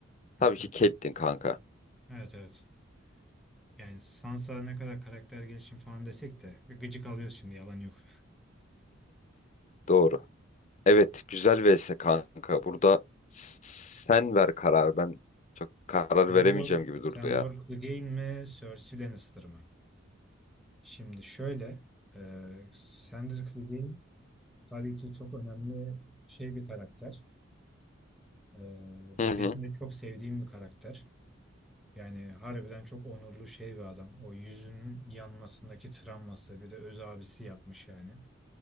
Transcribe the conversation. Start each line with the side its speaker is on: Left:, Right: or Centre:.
Centre: Hı
Left: Tabii
Centre: hı.
Left: ki Caitlyn kanka.
Centre: Evet evet. Yani Sansa ne kadar karakter gelişim falan desek de bir gıcık alıyoruz şimdi yalan yok.
Left: Doğru. Evet, güzel vs kanka. Burada sen ver karar. Ben çok karar
Centre: Sandor,
Left: veremeyeceğim gibi durdu
Centre: Sandor
Left: ya.
Centre: Clegane mi? Cersei Lannister mı? Şimdi şöyle e, Sandor Clegane Tabii ki çok önemli şey bir karakter. Ee,
Left: Hı hı.
Centre: benim de çok sevdiğim bir karakter. Yani harbiden çok onurlu şey bir adam. O yüzünün yanmasındaki travması bir de öz abisi yapmış yani.